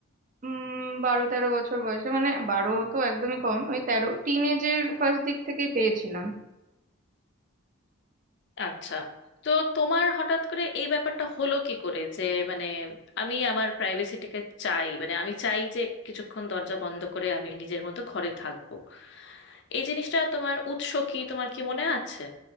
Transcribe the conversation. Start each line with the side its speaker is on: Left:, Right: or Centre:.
Right: উম বারো তেরো বছর বয়সে মানে বারো তো একদমই কম ওই তেরো টিনেজের ফার্স্ট দিক থেকেই পেয়েছিলাম
Left: আচ্ছা তো তোমার হঠাৎ করে এই ব্যাপারটা হলো কি করে যে মানে আমি আমার প্রাইভেসিটাকে চাই মানে আমি চাই যে কিছুক্ষণ দরজা বন্ধ করে আমি নিজের মতো ঘরে থাকবো এই জিনিসটা তোমার উৎস কি তোমার কি মনে আছে